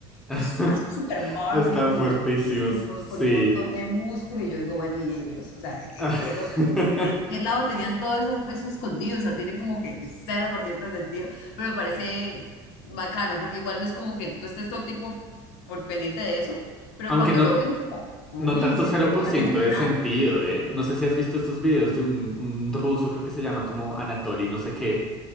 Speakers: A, in the centre; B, on the left.
A: <laughs>
B: es así súper mórbidos,
A: Están
B: gigantísimos,
A: fuertísimos, sí.
B: con un montón de músculo, y yo digo, bueno, ¿y ellos? O sea, eh,
A: <laughs>
B: ¿de dónde? ¿En, en qué lado tenían todo eso, eso escondido? O sea, tienen como que 0% de sentido, pero me parece bacano, porque igual no es como que tú estés todo el tiempo por pendiente de eso, pero
A: Aunque
B: cuando
A: no
B: lo ven como, uy,
A: No tanto
B: se,
A: cero
B: se
A: por
B: nota
A: ciento
B: que han entrenado.
A: de sentido, ¿eh? No sé si has visto estos videos de un, un ruso, creo que se llama como Anatoly, no sé qué,